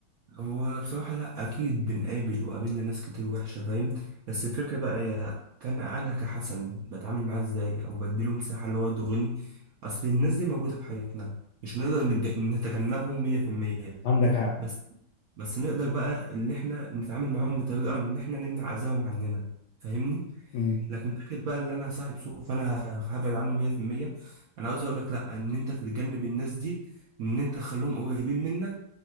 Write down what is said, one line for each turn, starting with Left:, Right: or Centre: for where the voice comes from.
Right: هو بصراحة لأ أكيد بنقابل وقابلنا ناس كتير وحشة فاهم بس الفكرة بقى هي كان أنا كحسن بتعامل معاه إزاي أو بديله مساحة اللي هو يضرني أصل الناس دي موجودة في حياتنا مش هنقدر نتج- نتجنبهم مية في المية
Left: عندك حق
Right: بس بس نقدر بقى إن إحنا نتعامل معاهم بطريقة إن إحنا نمنع أذاهم عننا فاهمني
Left: مم.
Right: لكن فكرة بقى إن أنا صاحب سوء فأنا هبعد عنه مية في المية أنا عاوز أقولك لأ إن أنت تتجنب الناس دي إن أنت تخليهم قريبين منك